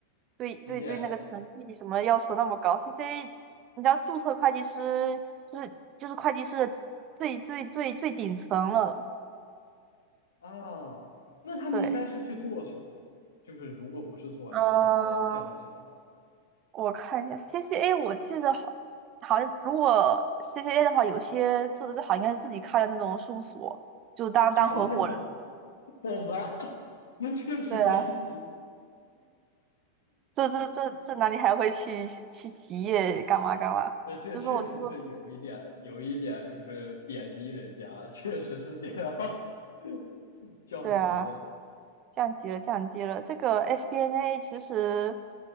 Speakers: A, on the right (about 35°); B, on the left (about 65°).
A: 对对对那个成绩什么要求那么高。
B: 几点
A: CCA，你知道注册会计师就是就是会计师的最最最最顶层了，
B: 啊？那他们一般是去做什么？
A: 对，
B: 就是如果不是做 FP&A
A: 嗯、
B: N 降级的话，
A: 我看一下 CCA，我记得好，好像如果 CCA 的话，有些做的最好应该是自己开的那种事务所，就当当合伙人。
B: <laughs> 哦，懂吧？<laughs> 那确实高级，
A: 对啊，这这这这哪里还会去去企业干嘛干嘛？
B: 那这确实是有一点有一点就是贬低人家，
A: 就说我就说，
B: 确实是这样 <laughs> 降级。
A: 对啊，降级了降级了。这个 FP&A 其实，